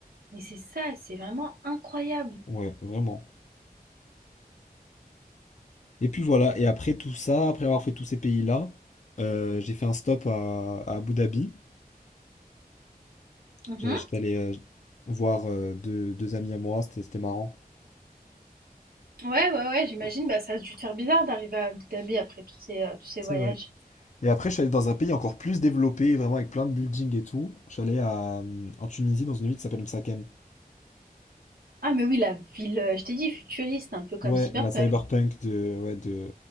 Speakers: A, on the right (about 75°); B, on the left (about 50°).
A: Mais c'est ça, c'est vraiment incroyable.
B: Ouais, vraiment. Et puis voilà, et après tout ça, après avoir fait tous ces pays-là, euh, j'ai fait un stop à, à Abu Dhabi.
A: Mhm.
B: J'ai- J'étais allé euh, voir euh, deux, deux amis à moi, c'était c'était marrant.
A: Ouais, ouais, ouais, j'imagine, bah, ça a dû te faire bizarre d'arriver à Abu Dhabi après tous ces, euh, tous ces
B: C'est
A: voyages.
B: vrai. Et après, je suis allé dans un pays encore plus développé, vraiment avec plein de buildings et tout. Je suis allé à, euh, en Tunisie, dans une ville qui s'appelle Msakhem.
A: Ah, mais oui, la ville, euh, je t'ai dit, futuriste, un peu comme
B: Ouais,
A: Cyberpunk,
B: la cyberpunk de, ouais, de,